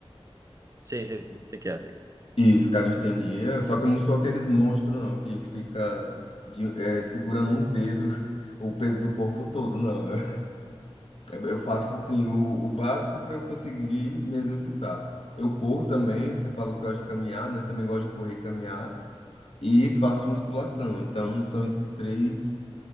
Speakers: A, on the right; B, on the left.
A: Sei, sei, sei, sei que é, sei.
B: Isso, calistenia. Só que eu não sou aqueles monstros, não, que fica de- é, segurando um dedo <laughs> o peso do corpo todo, não. <laughs> Eu eu faço assim o, o básico para eu conseguir me exercitar. Eu corro também, você falou que gosta de caminhar, né? Eu também gosto de correr e caminhar. e faço musculação. Então, são esses três,